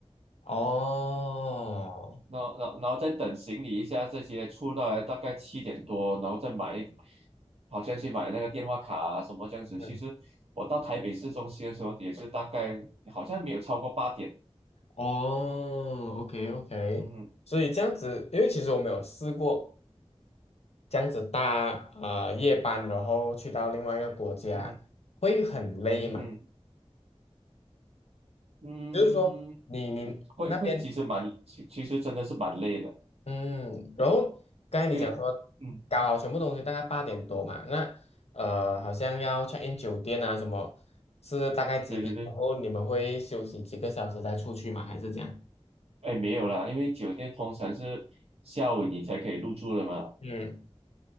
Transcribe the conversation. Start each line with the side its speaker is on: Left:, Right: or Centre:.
Left: 哦，
Right: 然后然后然后再等行李一下这些出来，大概七点多，然后再买一好像去买那个电话卡啊什么这样子。
Left: 嗯，
Right: 其实我到台北市中心的时候也是大概好像没有超过八点，
Left: 哦，OK OK。
Right: 嗯哼
Left: 所以这样子，因为其实我没有试过这样子大呃夜班，然后去到另外一个国家，
Right: 嗯哼
Left: 会很累嘛？
Right: 嗯哼嗯，
Left: 就是说你你那边
Right: 会会其实蛮其其实真的是蛮累的，
Left: 嗯，然后刚才你讲说搞好全部东西大概八点多嘛，
Right: 因为嗯
Left: 那呃好像要 check in 酒店啊什么，是大概几点？
Right: 对对对，
Left: 然后你们会休息几个小时再出去吗？还是这样？
Right: 哎没有啦，因为酒店通常是下午你才可以入住的嘛。
Left: 嗯，